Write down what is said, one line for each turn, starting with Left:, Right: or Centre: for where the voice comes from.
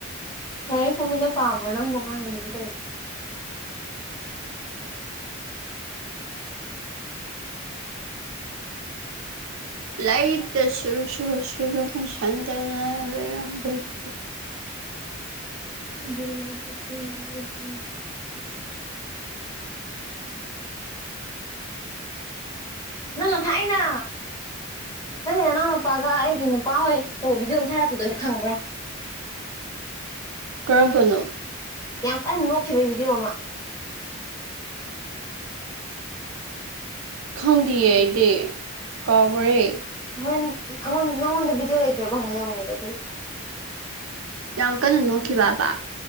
Left: ꯂꯥꯏꯔꯤꯛꯄꯨ ꯃꯤꯅ ꯄꯥꯕ꯭ꯔꯣ ꯅꯪꯕꯨ ꯉꯥꯡꯉꯤꯗꯨꯕꯨ ꯀꯩꯅꯣ
Right: ꯂꯥꯏꯔꯤꯛꯇ ꯁꯨꯔ ꯁꯨꯔ ꯁꯨꯔꯨ ꯅꯩꯁꯟꯗꯅ ꯂꯩꯔꯝꯕꯗꯣ
Left: <unintelligible> <unintelligible> ꯅꯪꯅ ꯊꯥꯏꯅ ꯅꯪꯒꯤ ꯅꯅꯥꯎ ꯅꯨꯄꯥꯒ ꯑꯩꯒꯤ ꯅꯨꯄꯥ ꯍꯣꯏ ꯇꯧꯕ ꯕꯤꯗꯤꯑꯣ ꯑꯃꯥ ꯊꯥꯔꯛꯄꯗꯣ ꯑꯩꯅ ꯈꯪꯕ꯭ꯔꯥ
Right: ꯀꯔꯝꯕꯅꯣ
Left: ꯌꯥꯝ ꯀꯟꯅ ꯅꯣꯛꯈꯤꯕꯩ ꯕꯤꯗꯤꯑꯣ ꯑꯃꯥ
Right: ꯈꯪꯗꯤꯌꯦ ꯑꯩꯗꯤ ꯀꯥꯎꯒꯔꯦ
Left: ꯍꯣꯏ ꯑꯩꯉꯣꯟ ꯅꯉꯣꯟꯗ ꯕꯤꯗꯤꯑꯣ ꯂꯇ꯭ꯔꯕ ꯍꯪꯒꯦ ꯇꯧꯕꯅꯤꯗ
Right: ꯌꯥꯝ ꯀꯟꯅ ꯅꯣꯛꯈꯤꯕꯕꯥ